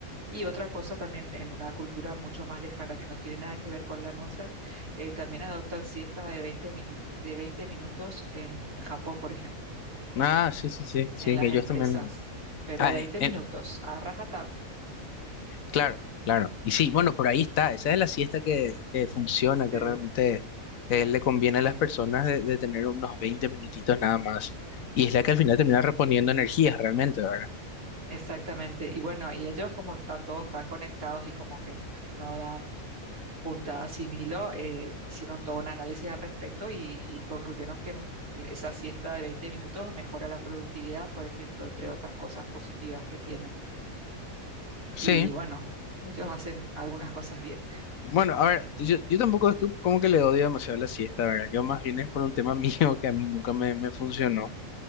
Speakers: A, on the right; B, on the left.
A: Y otra cosa también en una cultura mucho más lejana que no tiene nada que ver con la nuestra, eh, también adoptan siestas de 20 minutos, de 20 minutos en Japón, por ejemplo,
B: Ah, sí, sí, sí, sí,
A: en las
B: que ellos
A: empresas,
B: también.
A: pero
B: Ah,
A: 20
B: eh, eh,
A: minutos a rajatabla.
B: claro, claro. Y sí, bueno, por ahí está. Esa es la siesta que, que funciona, que
A: Sí,
B: realmente eh, le conviene
A: sí,
B: a las personas de, de tener unos 20 minutitos nada más. Y es la que al final
A: es-
B: termina reponiendo energías realmente, ¿verdad?
A: exactamente. Y bueno, y ellos como están todos tan conectados y como que no dan puntada sin hilo, eh, hicieron todo un análisis al respecto y, y concluyeron que m- esa siesta de 20 minutos mejora la productividad, por ejemplo, entre otras cosas positivas que tienen.
B: Sí.
A: Y bueno, ellos hacen algunas cosas bien,
B: Bueno, a ver, yo, yo tampoco es que, como que le odio demasiado la siesta, ¿verdad? Yo más bien es por un tema <laughs> mío que a mí nunca me, me funcionó.